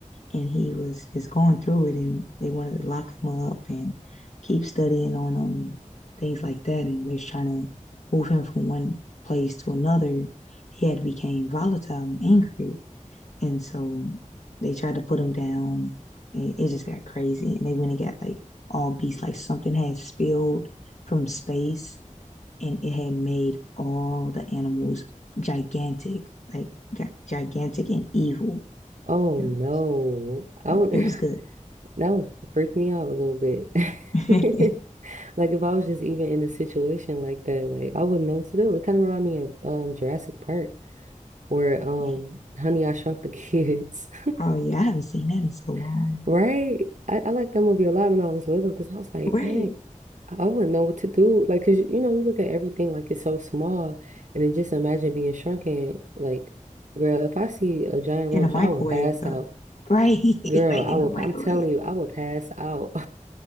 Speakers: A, on the left; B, on the right.
A: and he was just going through it and they wanted to lock him up and keep studying on him and things like that and they was trying to move him from one place to another he had became volatile and angry and so they tried to put him down it, it just got crazy and they went and got like all beasts like something had spilled from space and it had made all the animals gigantic like gi- gigantic and evil
B: Oh
A: you know
B: no, I
A: yeah,
B: would
A: it was good
B: <laughs> that would freak me out a little bit.
A: <laughs>
B: <laughs> Like if I was just even in a situation like that, like I wouldn't know what to do. It kind of reminded me of um Jurassic Park or um
A: Yeah.
B: Honey, I Shrunk the Kids,
A: Oh yeah, I haven't seen that in so long.
B: <laughs> right? I, I liked that movie a lot when I was little because I was like,
A: Right.
B: dang, I I wouldn't know what to do. Like, cause you, you know, you look at everything like it's so small, and then just imagine being shrunken. Like, girl, if I see a giant
A: In
B: roach,
A: a microwave
B: I would pass
A: though.
B: out.
A: Right. <laughs>
B: Girl,
A: Like
B: I
A: in
B: will.
A: a microwave.
B: I'm telling you, I will pass out.